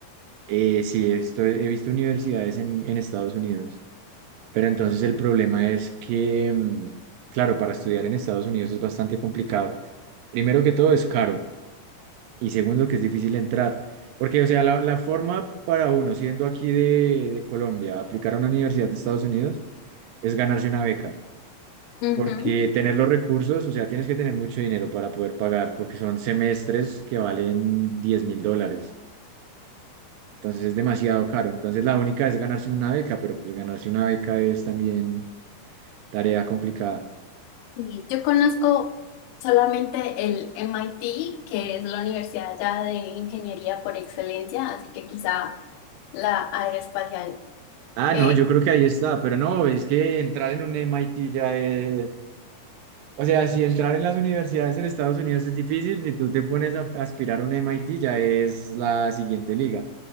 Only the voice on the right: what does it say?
Eh, sí, esto he visto universidades en, en Estados Unidos, pero entonces el problema es que, mm, claro, para estudiar en Estados Unidos es bastante complicado. Primero que todo es caro y segundo que es difícil entrar, porque, o sea, la, la forma para uno, siendo aquí de, de Colombia, aplicar a una universidad de Estados Unidos es ganarse una beca,
porque tener los recursos, o sea, tienes que tener mucho dinero para poder pagar, porque son semestres que valen diez mil dólares. Entonces es demasiado caro. Entonces la única es ganarse una beca, pero pues ganarse una beca es también tarea complicada.
Ah,
no, yo creo que ahí está, pero no, es que entrar en un MIT ya es... O sea, si entrar en las universidades en Estados Unidos es difícil, si tú te pones a aspirar a un MIT ya es la siguiente liga.